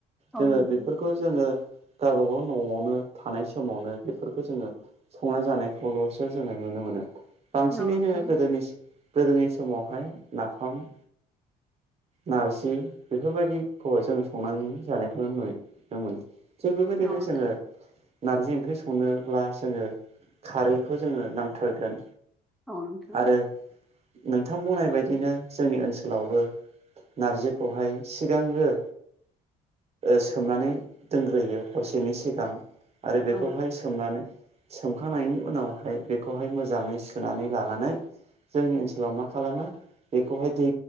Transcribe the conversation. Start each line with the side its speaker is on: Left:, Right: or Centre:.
Centre: औ
Right: जोङो
Centre: नोंथां
Right: बेफोरखौ जोङो गावबा गाव न'आवनो थानायसि समावनो बेफोरखौ जोङो संना जानायखौल'सो जोङो नुनो मोनो बांसिनै
Centre: औ नोंथां
Right: जोङो गोदोनि गोदोनि समावहाय नाफाम नारजि बेफोरबायदिखौ जों संनानै जानायखौनो नुनो मोनो थिग बेबायदिनो
Centre: औ नोंथां
Right: जोङो नारजि ओंख्रि संनोब्ला जोङो खारैखौ जोङो नांथारगोन
Centre: औ नोंथां
Right: आरो नोंथां बुंनाय बायदिनो जोंनि ओनसोलावबो नारजिखौहाय सिगांग्रो सोमनानै दोनग्रोयो हरसेनि सिगां आरो बेखौहाय
Centre: औ
Right: सोमनानै सोमखांनायनि उनावहाय बेखौहाय मोजाङै सुनानै लानानै जोंनि ओनसोलाव मा खालामो बेखौहाय दै